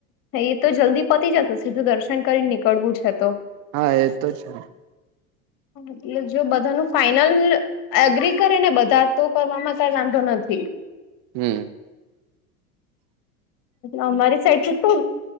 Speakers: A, on the left; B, on the right.
A: એ તો જલ્દી પતી જશે સીધું દર્શન કરી નીકળવું છે તો
B: હા એ તો છે
A: એટલે જો બધાનું ફાાઈનલ એગ્રી કરે ને બધા તો કરવામાં કઈ વાંધો નથી
B: હમ્મ
A: અમારી સાઈડથી તો